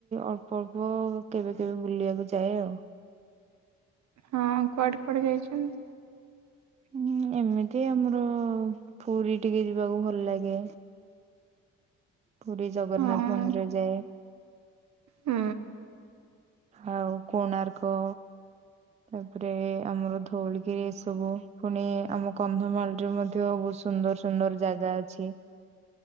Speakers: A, on the right; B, on the right.
A: ଅଳ୍ପ ଅଳ୍ପ, କେବେ କେବେ ବୁଲିବାକୁ ଯାଏ ଆଉ।
B: ହଁ କୁଆଡେ କୁଆଡେ ଯାଇଛନ୍ତି?
A: ହୁଁ ଏମିତି ଆମର ପୁରୀ ଟିକେ ଯିବାକୁ ଭଲ ଲାଗେ। ପୁରୀ ଜଗନ୍ନାଥ
B: ହଁ
A: ମନ୍ଦିର ଯାଏ।
B: ହୁଁ।
A: ଆଉ କୋଣାର୍କ ତାପରେ ଆମର ଧଉଳିଗିରି ଏସବୁ ପୁଣି ଆମ କନ୍ଧମାଳ ରେ ମଧ୍ୟ ବ <unintelligible> ସୁନ୍ଦର ସୁନ୍ଦର ଜାଗା ଅଛି।